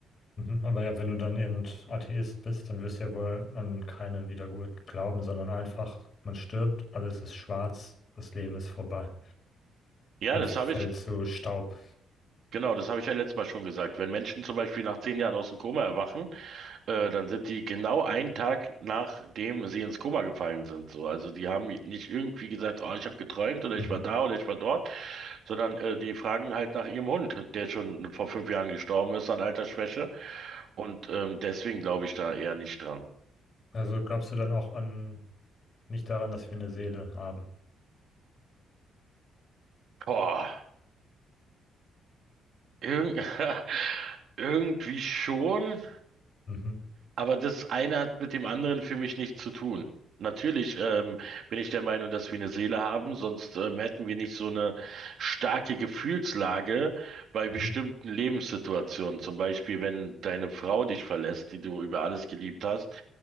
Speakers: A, on the left; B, on the right.
A: Mhm. Aber ja, wenn du dann eben Atheist bist, dann wirst du ja wohl an keine Wiedergeburt glauben, sondern einfach, man stirbt, alles ist schwarz, das Leben ist vorbei.
B: Ja,
A: Man
B: das
A: fällt
B: habe ich,
A: zu Staub.
B: Genau, das habe ich ja letztes Mal schon gesagt. Wenn Menschen zum Beispiel nach zehn Jahren aus dem Koma erwachen, äh, dann sind die genau einen Tag nachdem sie ins Koma gefallen sind. So, also die haben nicht irgendwie gesagt, oh, ich habe geträumt oder
A: Mhm.
B: ich war da oder ich war dort, sondern äh, die fragen halt nach ihrem Hund, der schon vor fünf Jahren gestorben ist an Altersschwäche. Und ähm, deswegen glaube ich da eher nicht dran.
A: Also glaubst du dann auch an, nicht daran, dass wir eine Seele haben?
B: Boah, irg <laughs> irgendwie schon.
A: Mhm.
B: Aber das eine hat mit dem anderen für mich nichts zu tun. Natürlich ähm, bin ich der Meinung, dass wir eine Seele haben, sonst ähm, hätten wir nicht so eine starke Gefühlslage bei bestimmten
A: Mhm.
B: Lebenssituationen. Zum Beispiel, wenn deine Frau dich verlässt, die du über alles geliebt hast,